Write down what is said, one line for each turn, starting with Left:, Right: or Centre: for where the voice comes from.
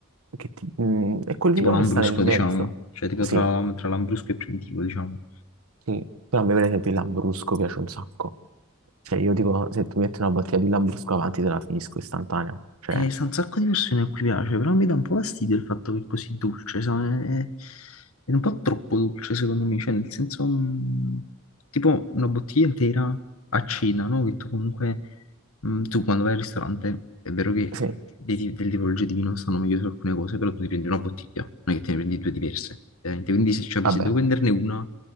Right: che ti- mm, è quel
Left: Tipo
Right: vino
Left: Lambrusco,
Right: che sta nel mezzo.
Left: diciamo. Cioè, tipo
Right: Sì,
Left: tra, tra Lambrusco e Primitivo, diciamo.
Right: Sì, però a me per esempio il Lambrusco piace un sacco. Cioè io dico, se tu metti una bottiglia di Lambrusco avanti te la finisco istantanea. Cioè,
Left: Eh, sta un sacco di persone a cui piace, però mi dà un po' fastidio il fatto che è così dolce, sa, è, è un po' troppo dolce secondo me, cioè nel senso, mm, tipo una bottiglia intera a cena, no? Che tu comunque, mm, tu quando vai al ristorante, è vero che
Right: sì,
Left: dei, ti- delle tipologie di vino stanno meglio su alcune cose, però tu ti prendi una bottiglia, non è che te ne prendi due diverse, ovviamente. Quindi se, capisci
Right: vabbè,
Left: se devo prenderne una,